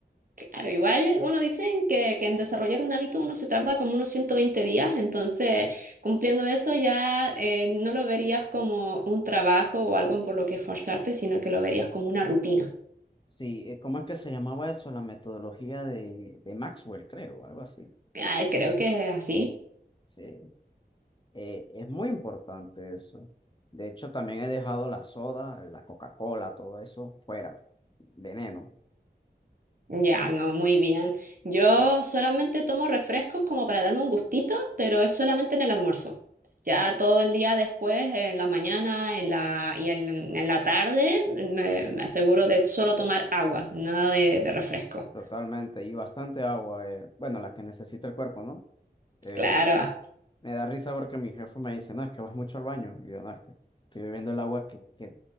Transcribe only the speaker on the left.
Sí, eh, ¿cómo es que se llamaba eso? La metodología de, de Maxwell, creo, algo así.
Sí, eh, es muy importante eso. De hecho, también he dejado la soda, la Coca-Cola, todo eso fuera, veneno.
eh,
Totalmente, y bastante agua, eh, bueno, la que necesita el cuerpo, ¿no? Eh,
me da risa porque mi jefe me dice, no, es que vas mucho al baño, y yo, no, es que estoy bebiendo el agua que, que